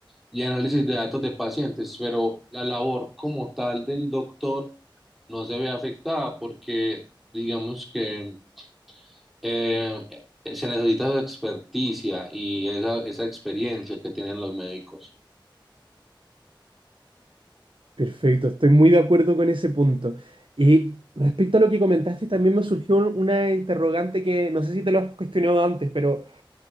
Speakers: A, in the centre; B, on the right.
A: y análisis de datos de pacientes, pero la labor como tal del doctor no se ve afectada porque digamos que eh, se necesita su experticia y esa, esa experiencia que tienen los médicos.
B: Perfecto, estoy muy de acuerdo con ese punto. Y respecto a lo que comentaste, también me surgió un- una interrogante que no sé si te lo has cuestionado antes, pero